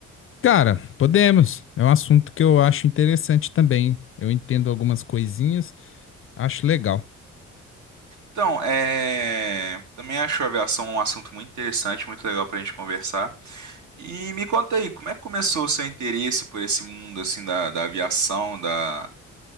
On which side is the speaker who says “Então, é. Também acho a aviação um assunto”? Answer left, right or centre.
Right